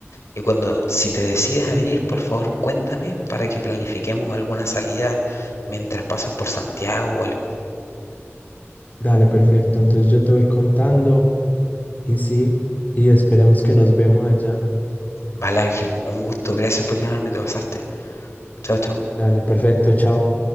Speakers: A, on the left; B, on the left.
A: Y cuando, si te decides a venir, por favor, cuéntame para que planifiquemos alguna salida mientras pasas por Santiago o algo.
B: Dale, perfecto. Entonces yo te voy contando y sí, y esperemos que nos vemos allá.
A: Vale, Ángel, un gusto, gracias por llamarme, te pasaste. Chao, chao.
B: Dale, perfecto, chao.